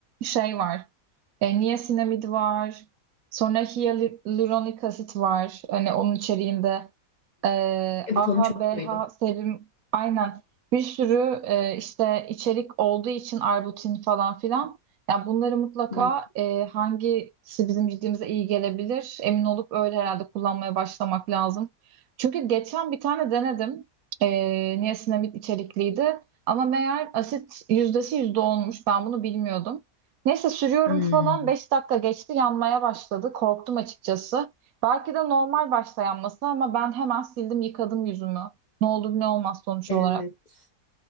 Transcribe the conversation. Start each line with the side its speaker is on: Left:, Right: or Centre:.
Right: şey var. E, niasinamid var. Sonra hyaluronik asit var. Hani onun içeriğinde ee,
Left: Evet
Right: AHA,
Left: onu çok
Right: BH,
Left: duydum.
Right: serum, aynen bir sürü e, işte içerik olduğu için Arbutin falan filan. Yani bunları mutlaka
Left: Hmm.
Right: e, hangisi bizim cildimize iyi gelebilir emin olup öyle herhalde kullanmaya başlamak lazım. Çünkü geçen bir tane denedim. E, niasinamid içerikliydi. Ama meğer asit yüzdesi yüzde olmuş. Ben bunu bilmiyordum. Neyse sürüyorum
Left: Hmm.
Right: falan 5 dakika geçti yanmaya başladı. Korktum açıkçası. Belki de normal başlayan ama ben hemen sildim yıkadım yüzümü. Ne olur ne olmaz sonuç
Left: Evet.
Right: olarak.